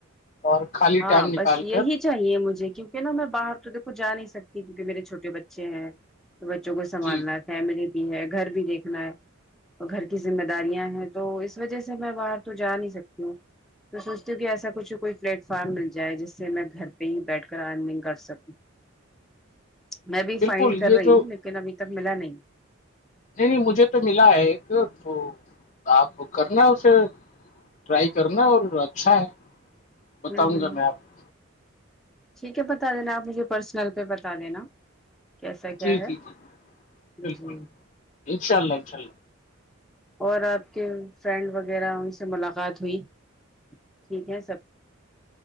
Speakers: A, on the left; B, in the centre.
A: اور خالی
B: ہاں
A: ٹائم نکال
B: بس یہی
A: کر
B: چاہیے مجھے کیونکہ نہا میں باہر تو دیکھو جا نہیں سکتی کیونکہ میرے چھوٹے بچے ہیں تو بچوں کو سنبھالنا
A: جی
B: ہے فیملی بھی ہے گھر بھی دیکھنا ہے گھر کی ذمہ داریاں ہیں تو اس وجہ سے میں باہر تو جا نہیں سکتی ہوں تو سوچتے ہو کہ ایسا کچھ کوئی فلٹ فارم مل جائے جس سے میں گھر پہ ہی بیٹھ کر ارننگ کر سکوں میں بھی
A: بالکل
B: فائنڈ کر
A: یہ
B: رہی
A: جو
B: ہوں لیکن ابھی تک ملا نہیں
A: نہیں نہیں مجھے تو ملا ہے ایک تو آپ کرنا اسے ٹرائی کرنا ہے اور اچھا ہے بتاؤں
B: ہوں ہوں
A: گا میں آپ کو
B: ٹھیک ہے بتا دینا آپ مجھے پرسنل پہ بتا دینا کیسا
A: جی
B: کیا ہے
A: جی جی بالکل
B: جی
A: انشاء اللہ انشا اللہ
B: اور آپ کے فرینڈ وغیرہ ان سے ملاقات ہوئی ٹھیک ہے سب